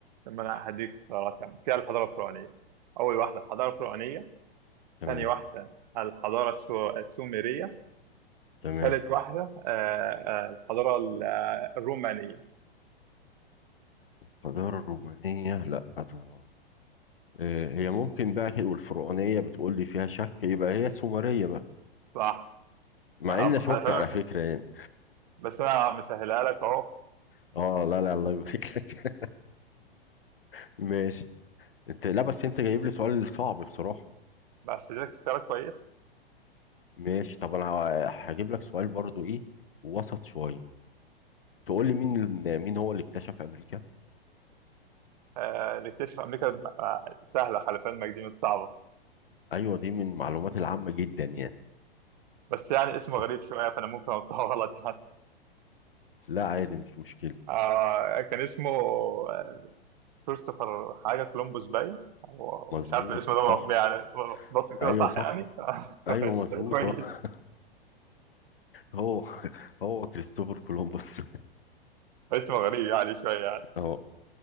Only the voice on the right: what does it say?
لما أنا هديك اختيارات يعني فيها الحضارة الفرعونية أول واحدة الحضارة الفرعونية
ثاني واحدة الحضارة السو- السومرية
ثالث واحدة آه آه الحضارة ال- الرومانية
صح
صح.
خلي بالك
بس انا مسهلها لك اهو
بس لك اختيار كويس
آه نكتشف امريكا الم- آه، سهله خلف علمك دي مش صعبه
بس يعني اسمه
غريب شويه فانا ممكن انطقه غلط يعني
آه كان اسمه آه، كريستوفر حاجه كولومبوس باين هو
مش عارف الاسم
ده بط- يعني بط كده
صح
يعني <laughs>
بس
كويس
اسمه غريب يعني شويه يعني